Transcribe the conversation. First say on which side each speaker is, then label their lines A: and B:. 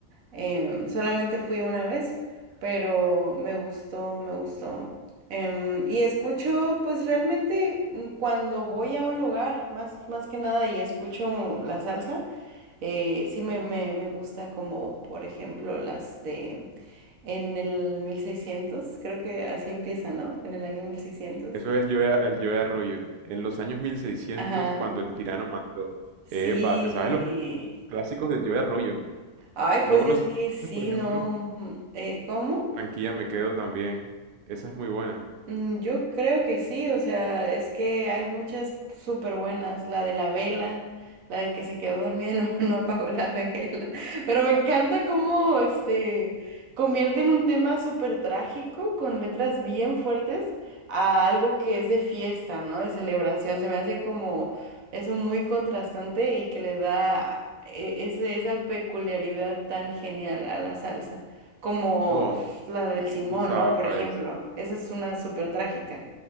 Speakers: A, on the right; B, on the right.
A: Em, solamente fui una vez, pero me gustó, me gustó. Em, y escucho, pues realmente mm, cuando voy a un lugar, más, más que nada, y escucho la salsa, eh, sí me, me, me gusta como, por ejemplo, las de en el 1600, creo que así empieza, ¿no? En el año 1600.
B: Eso es el Joe, el Joe Arroyo. En los años mil seiscientos,
A: Ajá,
B: cuando el tirano mandó.
A: sí.
B: Epa, ¿te sabes los Clásicos del Joe Arroyo.
A: Ay,
B: ¿No
A: pues
B: conoces,
A: es que sí,
B: por ejemplo?
A: no. mm, eh, ¿cómo?
B: Tranquila, me quedo también. Esa es muy buena.
A: Mm, Yo creo que sí, o sea, es que hay muchas súper buenas, la de la vela, la de que se quedó dormida y no, <laughs> no apagó la vela, pero me encanta cómo este convierten un tema súper trágico con letras bien fuertes a algo que es de fiesta, ¿no? De celebración, se me hace como eso muy contrastante y que le da eh, ese- esa peculiaridad tan genial a la salsa como
B: No,
A: pf, la del
B: y,
A: Simón,
B: y- y sabes,
A: ¿no? Por ejemplo, esa es una súper trágica.